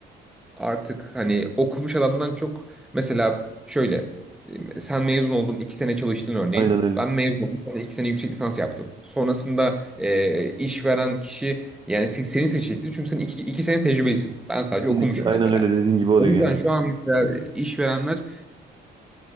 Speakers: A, in the centre; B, on the right.
A: artık hani okumuş adamdan çok mesela şöyle e, sen mezun oldun iki sene çalıştın örneğin.
B: Aynen öyle.
A: Ben mezun oldum sonra iki sene yüksek lisans yaptım. Sonrasında e, işveren kişi yani se- seni seçecektir. Çünkü sen iki, iki sene tecrübelisin. Ben sadece
B: Kesinlikle.
A: okumuşum
B: Aynen
A: mesela.
B: öyle dediğin gibi oluyor
A: O yüzden
B: genelde.
A: şu an mesela işverenler